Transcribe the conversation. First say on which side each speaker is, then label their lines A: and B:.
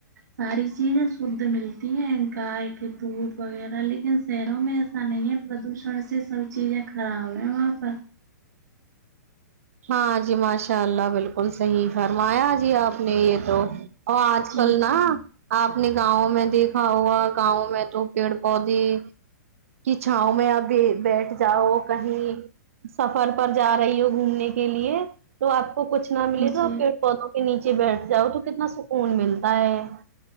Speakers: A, on the right; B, on the right.
A: ساری چیزیں شد ملتی ہیں گائے کے دودھ وغیرہ لیکن شہروں میں ایسا نہیں ہے پردوشن سے سب چیزیں خراب ہیں وہاں پر
B: ہاں جی ماشاء اللہ بالکل صحیح فرمایا جی آپ نے یہ تو اور آج
A: جی
B: کل نا
A: جی
B: آپ نے گاؤں میں دیکھا ہوگا گاؤں میں تو پیڑ پودے کہ چھاؤں میں ابھی بیٹھ جاؤ کہیں سفر پر جا رہی ہو گھومنے کے لیے تو آپ کو کچھ نہ ملے تو
A: جی
B: آپ پیڑ پودوں کے نیچے بیٹھ جاؤ تو کتنا سکون ملتا ہے